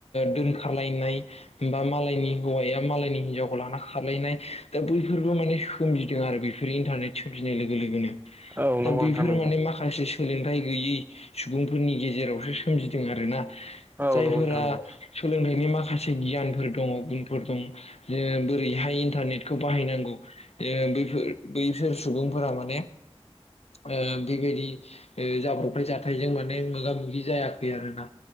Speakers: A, on the left; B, on the right.
A: दोनखारलायनाय बा मालायनि हौवाया मालायनि हिनजावखौ लाना खारलायनाय दा बैफोरबो माने सोमजिदों आरो बेफोरो इन्टारनेटजों लोगो लोगोनो
B: औ
A: दा
B: नंगौ
A: बेफोर
B: नोंथां नंगौ
A: माने माखासे सोलोंथाइ गैयै सुबुंफोरनि गेजेरावसो सोमजिदों आरोना
B: औ
A: जायफोरा
B: नंगौ नोंथां नंगौ
A: सोलोंथाइनि माखासे गियानफोर दङमोन। दं जे बोरैहाय इन्टारनेटखौ बाहायनांगौ बैफोर बैसोर सुबुं फोरा माने बेबायदि जाब्रबथाय जाथायजों माने मोगा मोगि जायाखै आरोना।